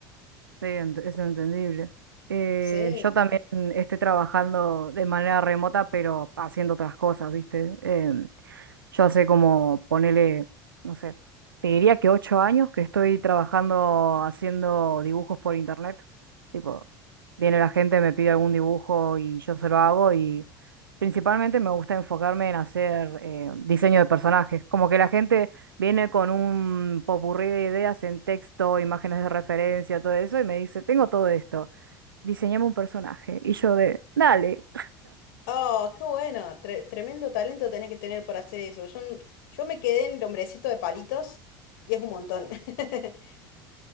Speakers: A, on the right; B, on the left.
A: Sí, ent- es entendible. Eh,
B: Sí.
A: yo también estoy trabajando de manera remota, pero haciendo otras cosas, ¿viste? Em, yo hace como, ponele, no sé, te diría que ocho años que estoy trabajando haciendo dibujos por internet. Tipo, viene la gente, me pide algún dibujo y yo se lo hago y principalmente me gusta enfocarme en hacer eh, diseño de personajes. Como que la gente Viene con un popurrí de ideas en texto, imágenes de referencia, todo eso, y me dice, tengo todo esto, diseñame un personaje. Y yo de, dale,
B: Oh, qué bueno, tre- tremendo talento tenés que tener para hacer eso. Yo, n- yo me quedé en el hombrecito de palitos y es un montón. <laughs>